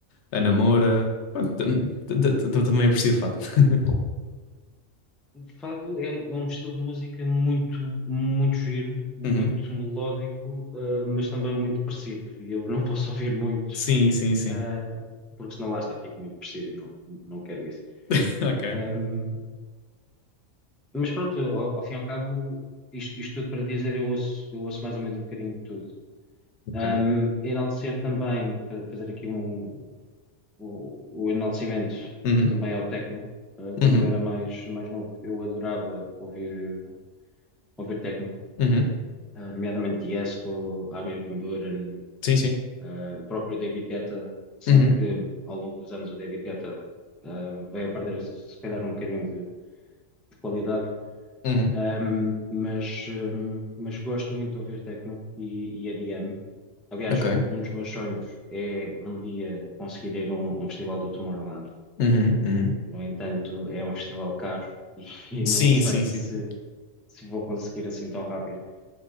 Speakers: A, on the left; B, in the centre.
A: Ana Moura, pronto, tam- tam- tam- também aprecio fado. <laughs>
B: Fado é, um é um estilo de música muito, muito giro, muito
A: Uhum.
B: melódico, ah, mas também muito depressivo. E eu não <laughs> posso ouvir muito,
A: Sim, sim, sim.
B: ah, porque senão lá está, fico muito depressivo e não, não quero isso.
A: <laughs> Ok,
B: Ahm, mas pronto, ao, ao fim e ao cabo, isto, isto tudo para dizer, eu ouço, eu ouço mais ou menos um bocadinho de tudo.
A: ok.
B: Ahm, enaltecer também, fa- fazer aqui um, o, o enaltecimento
A: Uhum,
B: também ao techno. Ah, quando
A: uhum,
B: eu era mais, mais novo, eu adorava ouvir, ouvir techno.
A: uhum.
B: ah, nomeadamente Tiesto, Armin van Buuren,
A: Sim, sim.
B: ah, o próprio David Guetta, sendo
A: Uhum,
B: que ao longo dos anos o David Guetta ah, veio a perder se se calhar um bocadinho de, de qualidade,
A: uhum.
B: Ahm, mas, ahm, mas gosto muito de ouvir techno e, e EDM. Aliás,
A: Ok.
B: um, um dos meus sonhos é um dia conseguir ir a um, um festival do Tomorrowland.
A: Uhum, uhum.
B: No entanto, é um festival caro e, <laughs> e
A: Sim,
B: não sei
A: sim,
B: se,
A: sim, sim.
B: se vou conseguir assim tão rápido.